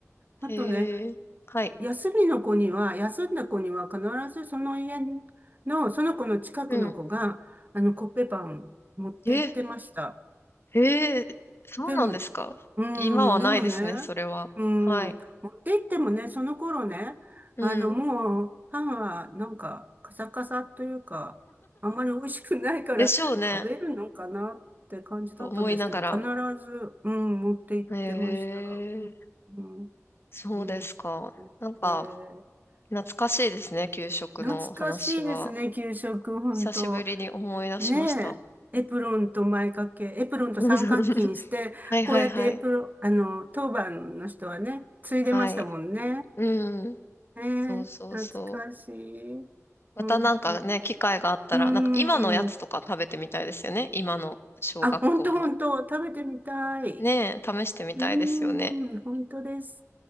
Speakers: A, on the right; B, on the left.
A: あとね、
B: へえ。はい。
A: 休みの子には、休んだ子には必ずその家の、その子の近くの子が、
B: うん。
A: あの、コッペパン持って行ってました。
B: え、へえ、そうなんですか今はないですね、
A: でも、うん、でもね、
B: それは。
A: うん、
B: はい。
A: 持って行ってもね、その頃ね、
B: うん。
A: あの、もう、パンはなんか、カサカサというか、あんまり美味しくないから、
B: でしょうね。
A: 食べるのかなって感じだったんですけど、
B: と思いながら。
A: 必ず、うん、持って行ってました。
B: へえ、
A: うん、
B: そうですか。
A: うん。うん
B: なんか、
A: えー
B: 懐かしいですね、給食の話は。
A: 懐かしいですね、給食、本当。
B: 久しぶりに思い出しました。
A: ねえ、エプロンと前掛け、エプロンと三角巾して、
B: うん <laughs> はいはいはい。
A: こうやってエプロン、あの、当番の人はね、ついでましたもんね。
B: はい。うん。
A: ねえ、
B: そうそうそう。
A: 懐かしい。
B: またなんかね、
A: ほんと。
B: 機会があったら、
A: うー
B: なんか今のやつとか食べてみたいですよね。
A: ん。
B: 今の小学校の。
A: あ、ほんとほんと、食べてみたい。
B: ねえ、試してみたいですよね。
A: うーん、ほんとです。